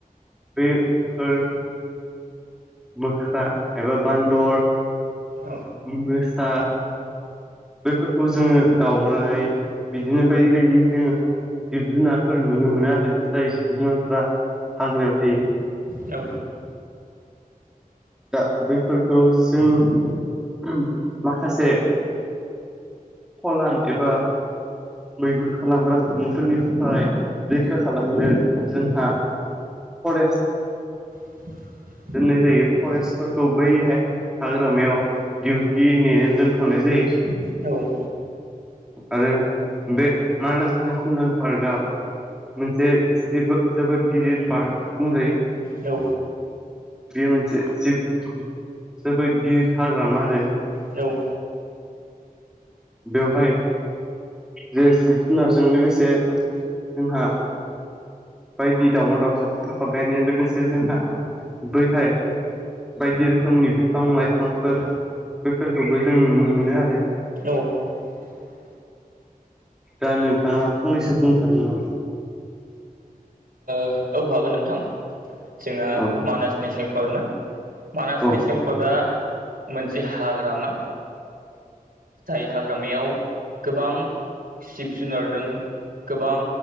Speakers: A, in the centre; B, on the right.
A: बेफोर मोख्रा एबा बान्दर
B: औ
A: मोसा बेैफोरखौ जोङो दाउरायाइ बिदिनो बायदि बायदि जोङो जिब जुनारफोर नुनो मोनो आरो जाय जिब जुनारफोरा हाग्रायाव थायो
B: औ
A: दा बैफोरखौ जों माखासे फलान एबा मैहुर खालामग्रा सुबुंफोरनिफ्राय रैखा खालामनो जोंहा फरेस्ट
B: <inaudible>
A: दोननाय जायो फरेस्टफोरखौ बैहाय हाग्रामायाव डिउटि नेनो दोनथ'नाय जायो।
B: औ
A: आरो बे मानास नेसनेल पार्कआ मोनसेबो जोबोद गिदिर पार्क बुंजायो।
B: औ
A: बे मोनसे जोबोद गिदिर हाग्रामा आरो
B: औ
A: बेवहाय जे जिब जुनारजों लोगोसे जोंहा बायदि दावमाव दावसा थाखाय बेङो लोगोसे जोंहा बैहाय बायदि रोखोमनि बिफां लाइफांफोर बेफोरखौबो जों नुनो मोनो आरो
B: <inaudible>
A: दा नोंथाङा फंनैसो बुंनो हागोन नामा?
B: औ हागोन नोंथां जोंहा
A: औ
B: मानास नेसनेल पार्क ना मानास
A: औ
B: नेसनेल पार्कआ मोनसे हाग्रामा जाय हाग्रामायाव गोबां जिब जुनारदों गोबां